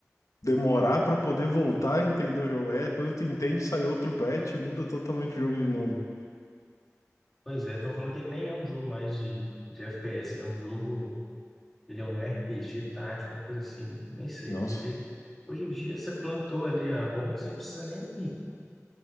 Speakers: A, on the left; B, in the centre.
A: demorar pra poder voltar a entender o jogo. É, quando tu entende, sai outro patch, muda totalmente o jogo de novo.
B: Pois é, estão falando que ele nem é um jogo mais de, de FPS, ele é um jogo, ele é um RPG tático, uma coisa assim, nem sei,
A: Nossa.
B: porque hoje em dia você plantou ali a bomba, você não precisa nem